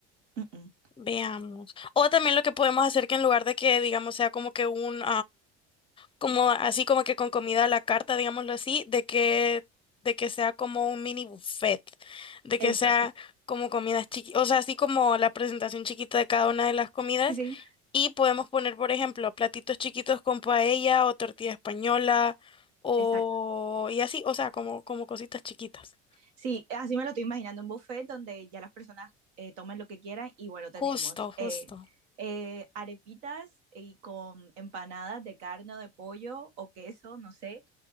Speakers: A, on the right (about 85°); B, on the left (about 15°).
A: mm, mm.
B: veamos. O también lo que podemos hacer que en lugar de que, digamos, sea como que un, como así como que con comida a la carta, digámoslo así, de que, de que sea como un mini buffet, de
A: Eso,
B: que sea
A: sí,
B: como comidas chiquitas, o sea, así como la presentación chiquita de cada una de las comidas.
A: sí, sí,
B: Y podemos poner, por ejemplo, platitos chiquitos con paella o tortilla española o
A: exacto.
B: y así, o sea, como, como cositas chiquitas.
A: Sí, así me lo estoy imaginando, un buffet donde ya las personas eh, tomen lo que quieran y bueno,
B: Justo,
A: tenemos
B: justo.
A: eh, eh, arepitas y con empanadas de carne o de pollo o queso, no sé,